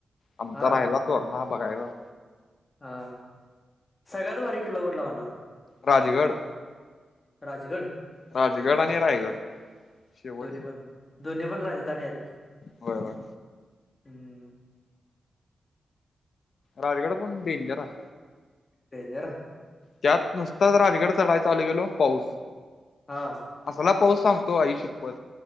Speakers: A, on the left; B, on the left.
A: आमचा
B: हा
A: राहिला तोरणा बघायला.
B: हा सगळ्यात भारी किल्ला कुठला वाटला?
A: राजगड.
B: राजगड
A: राजगड आणि रायगड शेवट
B: दोन्ही पण दोन्ही पण राजधानी आहेत.
A: होय होय.
B: हम्म
A: राजगड पण डेंजर आहे.
B: डेंजर आहे.
A: त्यात नुसताच राजगड चढायचा चालू केलो पाऊस
B: हा.
A: असाला पाऊस सांगतो आई शपथ!